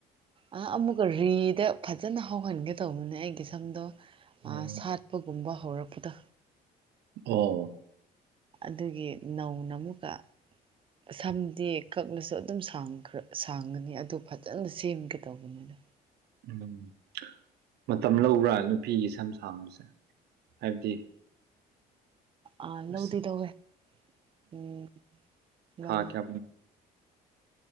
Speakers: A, on the right; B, on the right.
A: ꯑꯥ ꯑꯃꯨꯛꯀꯥ ꯔꯤꯗ ꯐꯖꯅ ꯍꯧꯍꯟꯒꯦ ꯇꯧꯕꯅꯦ ꯑꯩꯒꯤ ꯁꯝꯗꯣ ꯑꯥ
B: ꯎꯝ
A: ꯁꯥꯠꯄꯒꯨꯝꯕ ꯍꯧꯔꯛꯄꯗ
B: ꯑꯣ
A: ꯑꯗꯨꯒꯤ ꯅꯧꯅ ꯑꯃꯨꯛꯀ ꯁꯝꯗꯤ ꯀꯛꯅꯁꯨ ꯑꯗꯨꯝꯈ꯭ꯔ ꯁꯥꯡꯒꯅꯤ ꯑꯗꯨ ꯐꯖꯅ ꯁꯦꯝꯒꯦ ꯇꯧꯕꯅꯤꯅ
B: ꯎꯝ ꯃꯇꯝ ꯂꯧꯕ꯭ꯔꯥ ꯅꯨꯄꯤꯒꯤ ꯁꯝ ꯁꯥꯡꯕꯁꯦ ꯍꯥꯏꯕꯗꯤ
A: ꯑꯥ ꯂꯧꯗꯤ
B: ꯑ
A: ꯂꯧꯋꯦ ꯎꯝ
B: ꯊꯥ
A: ꯂꯧꯋꯦ
B: ꯀ